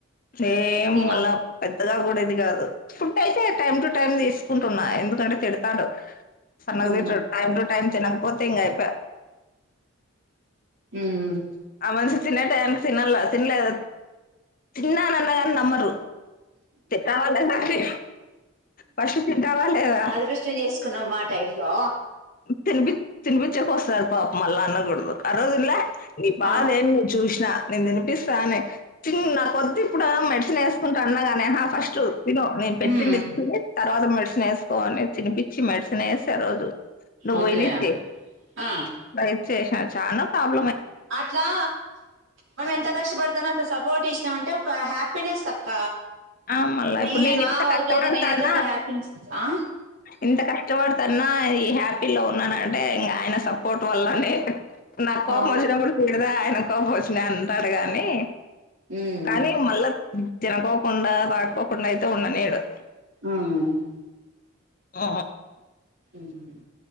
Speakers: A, on the left; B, on the right.
A: సేమ్
B: తినక్
A: మళ్ళా పెద్దగా కూడా అది కాదు ఫుడ్ అయితే టైమ్ టు టైమ్ తీసుకుంటున్నా ఎందుకంటే తిడతాడు సన్నగ
B: ఉమ్
A: బీట్రూట్ టైం టు టైం నాకు పోతే ఇంక అయిపోయే
B: మ్మ్ మ్మ్
A: ఆ మనిషి తినే టయ్యానికి తినల్ల తినలేదు తిన్నానన్నగారి నమ్మరు తింటావా లేదా అని ఫస్ట్ తింటావా లేదా
B: అదృష్టం చేసుకున్నాం మా టైమ్ లో
A: తినిపి తినిపించకి వస్తారు పాపం మళ్ళా అన్నకూడదు ఆ రోజు ఉండ్ల ఈ బాదేం
B: ఆ
A: మేమ్ చూస్ నా నేను తినిపిస్తానే చి నా కొద్ ఇప్ ప్పుడ మెడిసిన్ వేసుకుంటా అన్నాగానే ఆహా ఫస్ట్ తను నేను పెట్టి
B: ఉమ్
A: తర్వాత మ డిన్ వేసుకోవాలే తినిపిచ్చి మెడిసిన్ వేసా ఆ రోజు నువ్వు
B: ఓకే
A: పోయినిచ్చి
B: ఆ
A: రైస్ చేశా చాలా ఫామ్
B: అట్లా మనం ఎంత <unintelligible> కష్టపడతాను అంటే, సపోర్ట్ ఇచ్చినం అంటే ఒక హ్యాపీనెస్ అక్క
A: ఆ మల్లా
B: నే
A: ఇప్పుడు నిను
B: నా
A: ఇంత
B: వరకైతే
A: కష్టపడతన్నా
B: నేనైతే అట్లా హ్యాపీనెస్ ఆ
A: ఇంత కష్టపడ తన్నా ఈ హ్యాపీ లో ఉన్నానంటే ఇంగ ఆయన సప్పో పోట్ వల్లనె నాకు కోపం
B: ఆ
A: వచ్చినప్పుడు తిడుతా ఆయనే ప్రభోజని అంటాడు గాని.
B: ఉమ్
A: కానీ మళ్ల తినకొక్ కుండా పడుకోకుండా అయితే ఉండనీడు
B: అవున
A: ఆ
B: మ్మ్